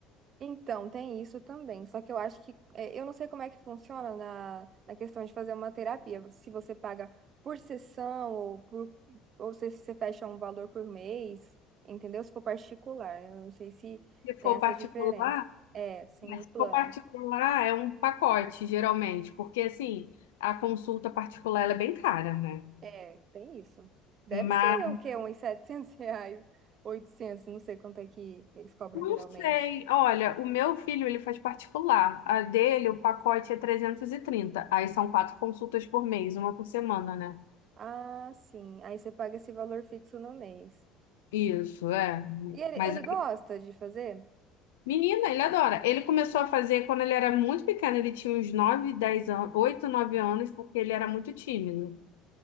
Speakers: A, on the right; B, on the left.
A: Então, tem isso também. Só que eu acho que, é, eu não sei como é que funciona na, na questão de fazer uma terapia. Se você paga por sessão ou, por, ou se você fecha um valor por mês, entendeu? Se for particular, eu não sei se
B: Se
A: tem
B: for
A: essa
B: particular,
A: diferença. É, sem
B: né,
A: o
B: se
A: plano.
B: for particular é um pacote, geralmente, porque assim, a consulta particular ela é bem cara, né?
A: É, tem isso. Deve
B: Mas
A: ser o quê? Uns 700 <laughs> reais, 800, não sei quanto é que eles cobram
B: Não
A: geralmente.
B: sei. Olha, o meu filho, ele faz particular. A dele, o pacote é trezentos e trinta, Aí são quatro consultas por mês, uma por semana, né?
A: Ah, sim. Aí você paga esse valor fixo no mês.
B: Isso, é.
A: E ele,
B: Mas,
A: ele gosta de fazer?
B: menina, ele adora. Ele começou a fazer quando ele era muito pequeno. Ele tinha uns 9, 10 anos, 8, 9 anos, porque ele era muito tímido.